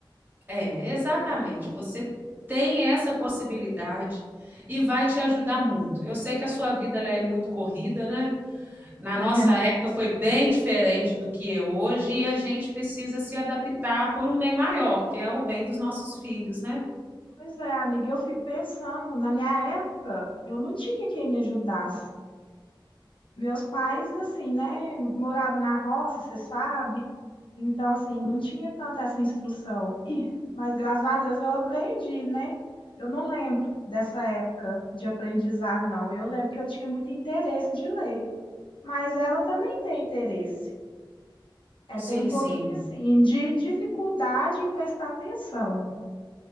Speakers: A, on the right; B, on the left.
A: É, exatamente. Você tem essa possibilidade e vai te ajudar muito. Eu sei que a sua vida ela é muito corrida, né? Na
B: <laughs> É.
A: nossa época foi bem diferente do que é hoje e a gente precisa se adaptar por um bem maior, que é o bem dos nossos filhos, né?
B: Pois é, amiga, eu fico pensando, na minha época, eu não tinha quem me ajudasse. Meus pais, assim, né, moravam na roça, você sabe? Então, assim, não tinha tanta essa instrução. E, mas graças a Deus eu aprendi, né? Eu não lembro dessa época de aprendizado, não. Eu lembro que eu tinha muito interesse de ler. Mas ela também tem interesse. É,
A: Sim,
B: tem um pouquinho
A: sim.
B: assim de dificuldade em prestar atenção.